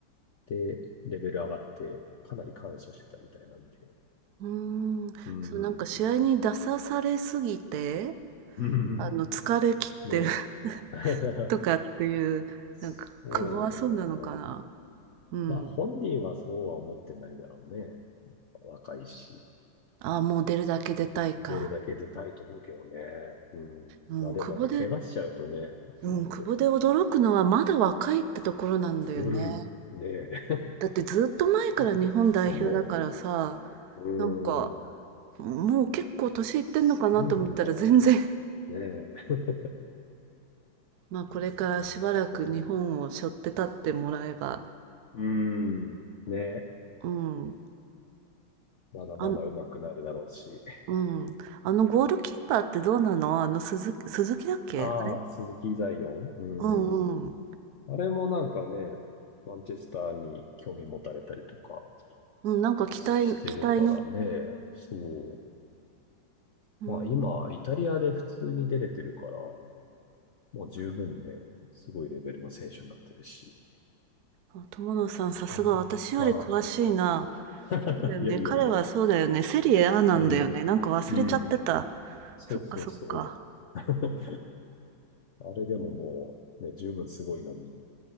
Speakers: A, on the left; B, on the right.
A: で、レベル上がって、かなり感謝してたみたいなんで。
B: うんうーん。
A: うん。
B: そう、なんか試合に出さされすぎて、
A: <laughs>
B: あの、疲れ切ってる
A: ねえ。
B: <laughs>
A: <laughs>
B: とかっていう、
A: そうだね。
B: なんか、久保はそうなのかな。うん。
A: まあ本人はそうは思ってないだろうね。若いし。
B: あ、もう出るだけ出たいか。
A: 出るだけ出たいと思うけどね。うん。
B: うん、
A: まあでもやっぱ怪我しちゃうとね、
B: 久保で、うん、
A: なんで。
B: 久保で驚くのはまだ若いってところなんだよね。
A: うん。ねえ。
B: だってずっと前から日本代表だからさ、
A: <laughs> そう。うん。
B: なんか、もう結構年いってんのかなと思ったら全然
A: すごいよな。ねえ。
B: まあ、これからしばらく日本を背負って立ってもらえば、
A: あの本当。うん。ねえ。
B: うん。
A: まだまだ上手くなるだろうし。
B: あんうん。あのゴールキーパーってどうなの？あの鈴木鈴木だっけ？
A: ああ、
B: あれ？
A: 鈴木ザイオン。うんうん。
B: うんうん。
A: あれもなんかね、マンチェスターに興味持たれたりとか。
B: うん、なんか期待期待の
A: してるからね。そ
B: うん。
A: う。まあ今、イタリアで普通に出れてるから、もう十分ね、すごいレベルの選手になってるし。
B: あ、友野さん、さすが私より詳しいな。
A: うん、ああ、<laughs>
B: そうだよね、
A: いやいやいや。
B: 彼はそうだよね、セリエ A なんだよね。
A: うん。
B: なんか忘れちゃってた。
A: うん。そうそうそう。
B: そっかそっか。
A: <laughs> あれでももう、ね、十分すごいのに。